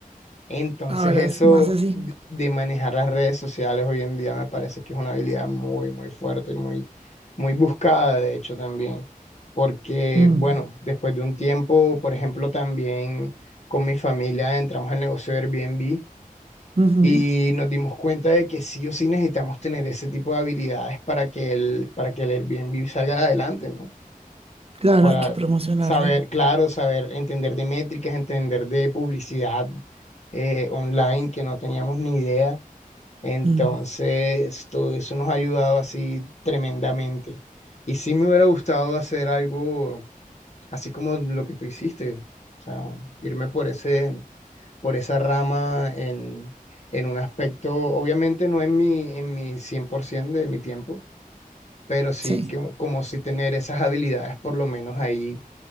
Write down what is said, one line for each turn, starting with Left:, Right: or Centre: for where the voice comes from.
Left: Entonces
Right: Ahora
Left: eso
Right: es más así.
Left: de manejar las redes sociales hoy en día me parece que es una habilidad muy, muy fuerte, muy, muy buscada, de hecho, también. Porque,
Right: Mm,
Left: bueno, después de un tiempo, por ejemplo, también con mi familia entramos al negocio de Airbnb
Right: ujú.
Left: y nos dimos cuenta de que sí o sí necesitamos tener ese tipo de habilidades para que el, para que el Airbnb salga adelante, ¿no?
Right: Claro,
Left: para
Right: hay que promocionarlo.
Left: saber, claro, saber entender de métricas, entender de publicidad eh, online que no teníamos ni idea. Entonces,
Right: Mm,
Left: todo eso nos ha ayudado así tremendamente. Y sí me hubiera gustado hacer algo así como lo que tú hiciste, o sea, irme por ese, por esa rama en, en un aspecto, obviamente no en mi, en mi 100% de mi tiempo, pero sí
Right: sí.
Left: que, como si tener esas habilidades por lo menos ahí